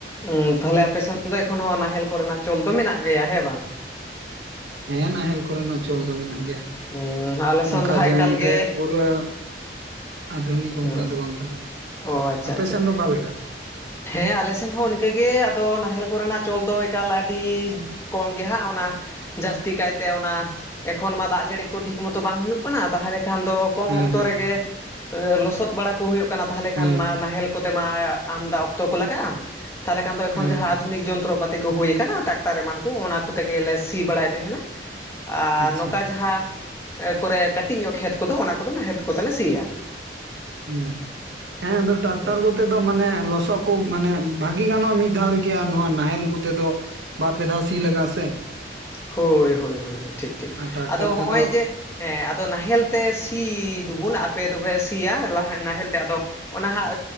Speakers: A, on the left; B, on the right.
A: ᱩᱸ ᱛᱟᱦᱚᱞᱮ ᱟᱯᱮ ᱥᱮᱱ ᱫᱚ ᱮᱠᱷᱚᱱ ᱦᱚᱸ ᱱᱟᱦᱮᱞ ᱠᱚᱨᱮᱱᱟᱜ ᱪᱚᱞ ᱫᱚ ᱢᱮᱱᱟᱜ ᱜᱮᱭᱟ ᱦᱮᱸ ᱵᱟᱝ?
B: ᱦᱮᱸ ᱱᱟᱦᱮᱞ ᱠᱚᱨᱮᱱᱟᱜ ᱪᱚᱞ ᱫᱚ ᱢᱮᱱᱟᱜ ᱜᱮᱭᱟ,
A: ᱦᱩᱸ ᱟᱞᱮ
B: ᱚᱱᱠᱟ
A: ᱥᱮᱱ ᱫᱚ ᱦᱟᱸᱜ
B: ᱡᱮ
A: ᱮᱠᱟᱞ
B: ᱢᱮᱱᱛᱮ
A: ᱜᱮ
B: ᱯᱩᱨᱟᱹ ᱟᱫᱷᱩᱱᱤᱠ ᱚᱱᱠᱟ
A: ᱦᱩᱸ
B: ᱫᱚ ᱵᱟᱝ ᱠᱟᱱᱟ
A: ᱚ ᱟᱪᱪᱷᱟ
B: ᱟᱯᱮ
A: ᱟᱪᱪᱷᱟ
B: ᱥᱮᱱ ᱫᱚ ᱚᱠᱟ ᱞᱮᱠᱟ?
A: ᱦᱮᱸ ᱟᱞᱮ ᱥᱮᱫ ᱦᱚᱸ ᱤᱱᱠᱟᱹᱜᱮ ᱟᱫᱚ ᱱᱟᱦᱮᱞ ᱠᱚᱨᱮᱱᱟᱜ ᱪᱚᱞ ᱫᱚ ᱮᱠᱟᱞ ᱟᱹᱰᱤ ᱠᱚᱢ ᱜᱮ ᱦᱟᱸᱜ ᱚᱱᱟ ᱡᱟᱹᱥᱛᱤ ᱠᱟᱭᱛᱮ ᱚᱱᱟ ᱮᱠᱷᱚᱱ ᱢᱟ ᱫᱟᱜ ᱡᱟᱹᱲᱤ ᱠᱚ ᱴᱷᱤᱠ ᱢᱚᱛᱚ ᱵᱟᱝ ᱦᱩᱭᱩᱜ ᱠᱟᱱᱟ ᱛᱟᱦᱚᱞᱮ ᱠᱷᱟᱱ ᱫᱚ ᱠᱚᱢ
B: ᱦᱮᱸ
A: ᱚᱠᱛᱚ
B: ᱦᱮᱸ
A: ᱨᱮᱜᱮ ᱞᱚᱥᱚᱫ ᱵᱟᱲᱟ ᱠᱚ ᱦᱩᱭᱩᱜ ᱠᱟᱱᱟ ᱛᱟᱦᱚᱞᱮ
B: ᱦᱮᱸ
A: ᱠᱷᱟᱱ ᱢᱟ ᱱᱟᱦᱮᱞ ᱠᱚᱛᱮ ᱢᱟ ᱟᱢᱫᱟ ᱚᱠᱛᱚ ᱠᱚ ᱞᱟᱜᱟᱜ-ᱟ, ᱛᱟᱞᱦᱮ ᱠᱷᱟᱱ ᱮᱠᱷᱚᱱ
B: ᱦᱮᱸ
A: ᱡᱟᱦᱟᱸ ᱟᱫᱷᱩᱱᱤᱠ ᱡᱚᱱᱛᱨᱚ ᱯᱟ ᱛᱮᱠᱚ ᱦᱩᱭ ᱠᱟᱱᱟ ᱴᱟᱠᱴᱟᱨ ᱮᱢᱟᱱ ᱠᱚ ᱚᱱᱟ ᱠᱚᱛᱮ ᱜᱮᱞᱮ ᱥᱤ ᱵᱟᱲᱟᱭ ᱛᱟᱸᱦᱮᱱᱟ᱾ ᱟᱨ
B: ᱟᱪᱪᱷᱟ
A: ᱱᱚᱝᱟ ᱡᱟᱦᱟᱸ ᱠᱚᱨᱮ ᱠᱟᱹᱴᱤᱡ ᱧᱚᱜ ᱠᱷᱮᱛ ᱠᱚᱫᱚ ᱚᱱᱟ ᱠᱚᱫᱚ ᱱᱟᱦᱮᱞ ᱠᱚᱛᱮ ᱞᱮ ᱥᱤᱭᱟ᱾
B: ᱦᱩᱸ ᱦᱮᱸ ᱟᱫᱚ ᱴᱟᱠᱴᱟᱨ
A: ᱚ
B: ᱠᱚᱛᱮ ᱫᱚ ᱢᱟᱱᱮ ᱞᱚᱥᱚᱜ ᱠᱳᱢ ᱢᱟᱱᱮ ᱵᱷᱟᱹᱜᱤ ᱜᱟᱱᱚᱜᱼᱟ ᱢᱤᱫ ᱫᱷᱟᱣ ᱨᱤᱜᱮ ᱱᱚᱣᱟ ᱱᱟᱦᱮᱞ ᱠᱚᱛᱮ ᱫᱚ ᱵᱟᱨ ᱯᱮ ᱫᱷᱟᱣ ᱥᱤ ᱞᱟᱜᱟᱜᱼᱟ ᱥᱮ?
A: ᱦᱳᱭ ᱦᱳᱭ ᱦᱳᱭ ᱴᱷᱤᱠ ᱴᱷᱤᱠ
B: ᱟᱨ ᱴᱨᱟᱠᱴᱟᱨ
A: ᱟᱫᱚ
B: ᱛᱮᱫᱚ
A: ᱦᱚᱸᱜᱼᱚᱭ ᱡᱮ ᱦᱮᱸ ᱟᱫᱚ ᱱᱟᱦᱮᱞ ᱛᱮ ᱥᱤ ᱫᱚᱵᱩᱱ ᱟᱯᱮ ᱫᱚᱯᱮ ᱥᱤᱭᱟ ᱞᱟᱦ ᱱᱟᱦᱮᱞ ᱛᱮ ᱟᱫᱚ ᱚᱱᱟᱦᱟᱸᱜ